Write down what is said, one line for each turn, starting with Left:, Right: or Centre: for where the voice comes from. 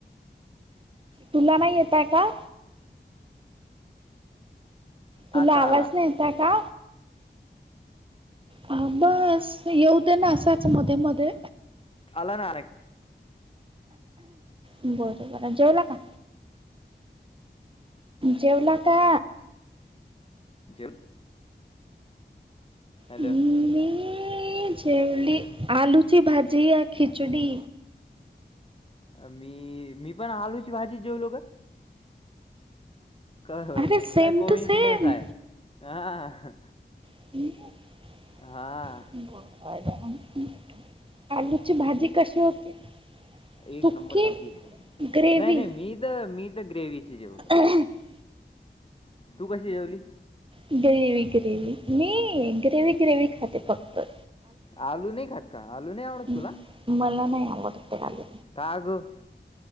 Right: तुला नाही येतय का तुला
Left: आता
Right: आवाज
Left: आला
Right: नाही येत आहे का हा बस येऊ दे ना असाच मध्ये, मध्ये
Left: आला ना <unintelligible>
Right: बर, बर जेवला का? जेवला का
Left: जेव हॅलो
Right: मी जेवली आलुची भाजी या खिचडी
Left: मी, मी पण आलूची भाजीच जेवलो ग कय होय
Right: अरे सेम
Left: काय कोइन्सिडेंस
Right: टू सेम
Left: आहे हा
Right: <unintelligible>
Left: हां
Right: आलूची भाजी कशी होती
Left: एक
Right: सुकी
Left: नंबर भाजी
Right: ग्रेवी
Left: नाही, नाही मी तर, मी तर ग्रेवीची जेवलो
Right: <unintelligible>
Left: तू कशी जेवली
Right: डू यू ग्रेवी मी ग्रेवी, ग्रेव्ही खाते फक्त
Left: आलू नाही खात का आलू नाही आवडत
Right: म-
Left: तुला
Right: मला नाही आवडते आलू.
Left: का ग?